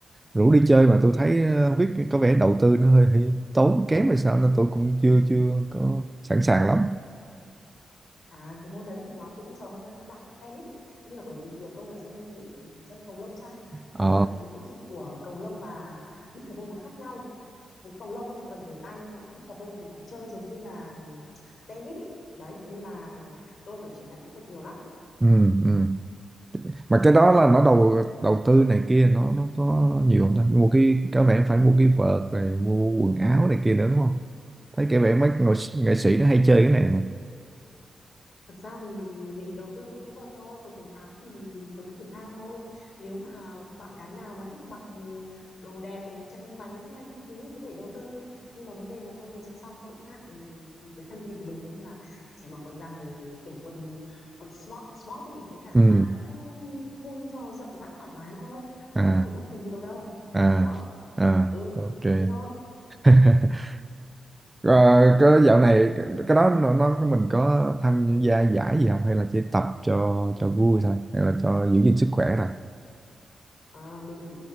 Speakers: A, on the right; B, on the left.
A: rủ đi chơi mà tôi thấy ờ, không biết có vẻ đầu tư nó hơi, hơi tốn kém hay sao nên tôi cũng chưa chưa có sẵn sàng lắm
B: À cái môn đấy thì nó cũng giống với bạn tennis ý. Nhưng mà bởi vì tôi là dân thể ừ, dân cầu lông sang
A: ờ
B: nên là cái kỹ thuật của cầu lông và pickleball nó khác nhau. Cái cầu lông ấy cần về tay nhưng mà pickleball thì phải chơi giống như là ừ, tennis ý. Đấy nên là tôi phải chỉnh lại kỹ thuật nhiều lắm.
A: ừ, ừ. mà cái đó là nó đầu đầu tư này kia nó nó có nhiều không ta mua cái có vẻ phải mua cái vợt rồi mua quần áo này kia nữa đúng không thấy cái vẻ mấy nghệ, sĩ nghệ sĩ nó hay chơi cái này mà
B: Thật ra thì mình đầu tư mỗi cái vợt thôi, còn quần áo thì quần áo thể thao thôi. Nếu mà bạn gái nào mà thích mặc ừ, đồ đẹp này, chân váy hay các thứ thì có thể đầu tư. Nhưng mà vấn đề là tôi vừa sinh xong tôi cũng ngại ừ, với thân hình của mình nên là chỉ mặc quần dài kiểu quần quần sport, sport ấy với cả
A: ừ
B: áo thun cho rộng rãi thoải mái thôi, cũng
A: à
B: không phải mất gì nhiều đâu.
A: à
B: Ủa,
A: à
B: ừ,
A: ok
B: thế thôi.
A: <laughs> Ờ, cái dạo
B: Ừ.
A: này cái, cái đó nó, nó mình có tham gia giải gì không hay là chỉ tập cho cho vui thôi hay là cho giữ gìn sức khỏe thôi
B: À, mình chỉ